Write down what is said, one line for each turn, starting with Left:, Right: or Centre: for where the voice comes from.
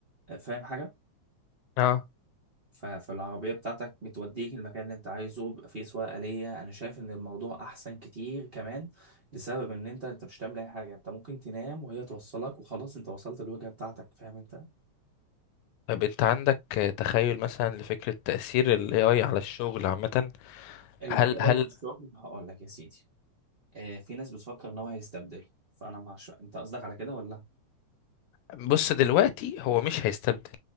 Right: فاهم حاجة
Left: اه
Right: ف- فالعربية بتاعتك بتوديك المكان اللي انت عايزه بيبقى فيه سواقة آلية انا شايف ان الموضوع احسن كتير كمان لسبب ان انت انت مش هتعمل اي حاجة انت ممكن تنام وهي توصلك وخلاص انت وصلت الوجهة بتاعتك فاهم انت
Left: طب انت عندك آه، تخيل مثلا لفكرة تأثير ال AI على الشغل عامة
Right: ال
Left: هل
Right: AI
Left: هل
Right: في الشغل هقول لك يا سيدي اه في ناس بتفكر ان هو هيستبدله فانا مع شو... انت قصدك على كده ولا
Left: بص دلوقتي هو مش هيستبدل